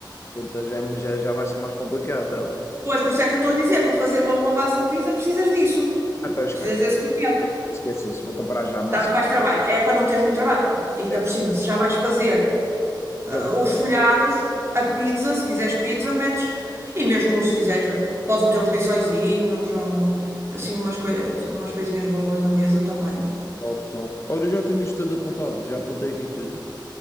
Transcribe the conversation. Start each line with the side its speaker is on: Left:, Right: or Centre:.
Left: então já, é, já, já vai ser mais complicado. não.
Right: Pois, por isso é que eu estou a dizer, para fazer uma boa massa de pizza precisas disso.
Left: Ah, Então esquece.
Right: Precisas desse documento.
Left: Esquece isso. Vou comprar já a massa.
Right: Dá-te mais trabalho. É para não teres muito trabalho. Ainda
Left: É,
Right: por cima, se já vais fazer ah,
Left: Já vou.
Right: os folhados, a pizza, se quiseres pizza, metes. E mesmo se fizeres, podes meter uns rissóizinhos ou assim umas, coi- assim umas coisinhas boas na mesa também.
Left: Top, top. Olha, eu já tenho isto tudo apontado. Já apontei aqui tudo.